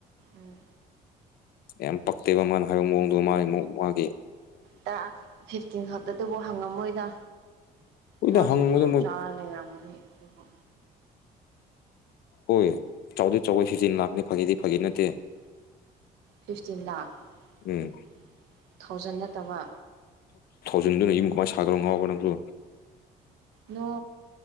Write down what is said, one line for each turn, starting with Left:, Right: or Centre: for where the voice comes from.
Right: ꯎꯝ
Left: ꯌꯥꯝ ꯄꯛꯇꯦꯕ ꯃꯥꯅ ꯍꯥꯏꯕ ꯃꯑꯣꯡꯗꯣ ꯃꯥꯢ ꯃꯑꯣꯡ ꯃꯥꯥꯒꯤ
Right: ꯥ ꯇ ꯐꯤꯐꯇꯤꯟ ꯈꯛꯇꯗꯨꯕꯨ ꯍꯪꯉꯝꯃꯣꯏꯗ
Left: ꯍꯣꯏꯗ
Right: ꯃꯥꯁꯨ
Left: ꯍꯪꯕꯗ
Right: ꯇꯂꯣꯞ
Left: ꯃꯣꯏ
Right: ꯆꯥꯅ ꯂꯩꯔꯝꯒꯅꯤ ꯑꯗꯨꯕꯨ
Left: ꯍꯣꯏ ꯆꯥꯎꯗꯤ ꯆꯥꯋꯦ ꯁꯤꯖꯤ ꯂꯥꯛꯅꯤ ꯐꯥꯒꯤꯗꯤ ꯐꯥꯒꯤ ꯅꯠꯇꯦ
Right: ꯐꯤꯐꯇꯤꯟ ꯂꯥꯈ
Left: ꯎꯝ
Right: ꯊꯥꯎꯖꯟ ꯅꯠꯇꯕ
Left: ꯀꯨꯟꯗꯨꯅ ꯌꯨꯝ ꯀꯃꯥꯏ ꯁꯥꯗꯧꯅꯣ ꯉꯥꯎꯕ꯭ꯔꯥ ꯅꯪꯁꯨ
Right: ꯅꯣ